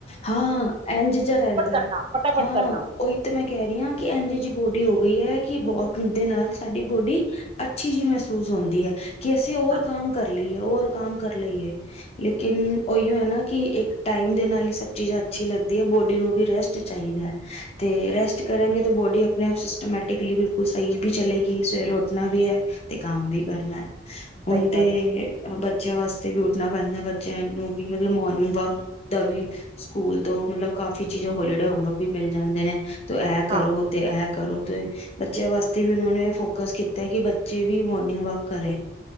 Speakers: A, on the left; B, on the right.
A: ਹਾਂ ਇੰਝ ਜਿਹਾ ਰਹਿੰਦਾ
B: ਕਰਨਾ ਫਟਾਫਟ
A: ਹਾਂ
B: ਕਰਨਾ
A: ਉਹੀ ਤਾਂ ਮੈਂ ਕਹਿ ਰਹੀ ਹਾਂ ਕਿ ਇੰਝ ਜਿਹੀ ਬੋਡੀ ਹੋ ਗਈ ਹੈ ਕੀ ਬਹੁਤ ਦੇ ਨਾਲ ਸਾਡੀ ਬੋਡੀ ਅੱਛੀ ਜਿਹੀ ਮਹਿਸੂਸ ਹੁੰਦੀ ਹੈ ਕਿ ਅਸੀਂ ਹੋਰ
B: ਹਾਂ
A: ਕੰਮ ਕਰ ਲਈਏ ਹੋਰ ਕਮ ਕਰ ਲਈਏ ਲੇਕਿਨ ਉਹੀ ਹੈ ਨਾ ਕਿ ਇੱਕ ਟਾਈਮ ਦੇ ਨਾਲ ਹੀ ਸਭ ਚੀਜ਼ਾਂ ਅੱਛੀ ਲੱਗਦੀ ਹੈ ਬੋਡੀ ਨੂੰ ਵੀ ਰੈਸਟ ਚਾਹੀਦਾ ਹੈ ਤੇ ਰੈਸਟ ਕਰਗੇ ਤਾਂ ਬੋਡੀ ਆਪਣੇ ਆਪ ਸਿਸਟਮੈਟਿਕਲੀ ਬਿਲਕੁਲ ਸਹੀ ਵੀ ਚਲੇਗੀ ਸਵੇਰੇ ਉੱਠਣਾ ਵੀ ਹੈ ਤੇ ਕਾਮ ਵੀ ਕਰਨਾ ਹੈ ਹੁਣ
B: ਸਹੀ
A: ਤੇ
B: ਬਾਤ ਹੈ
A: ਬ ਬੱਚਿਆਂ ਵਾਸਤੇ ਵੀ ਉੱਠਣਾ ਪੈਂਦਾ ਬੱਚਿਆਂ ਨੂੰ ਵੀ ਮਤਲਬ ਮੋਰਨਿੰਗ ਵਾਕ ਦਾ ਵੀ ਸਕੂਲ ਤੋਂ ਮਤਲਬ ਕਾਫ਼ੀ ਚੀਜ਼ਾਂ ਹੋਲੀਡੇ ਹੋਮਵਰਕ ਵੀ ਮਿਲ ਜਾਂਦੇ ਨੇ ਤੂੰ ਇਹ ਕਰੋ
B: ਹਾਂ
A: ਤੇ ਇਹ ਕਰੋ ਤੇ ਬੱਚਿਆਂ ਵਾਸਤੇ ਵੀ ਉਹਨਾ ਨੇ ਫੋਕਸ ਕੀਤਾ ਕਿ ਬੱਚੇ ਵੀ ਮੋਰਨਿੰਗ ਵਾਕ ਕਰੇ